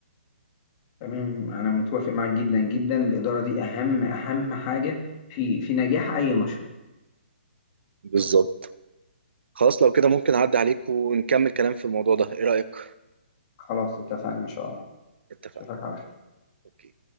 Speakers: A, on the left; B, on the right.
A: تمام انا متوافق معاك جدا جدا الاداره دي اهم اهم حاجه في في نجاح اي مشروع
B: بالظبط خلاص لو كده ممكن أعدي عليك ونكمل كلام في الموضوع ده إيه رأيك؟
A: خلاص اتفقنا ان شاء الله
B: اتفقنا
A: اشوفك على خير
B: أوكي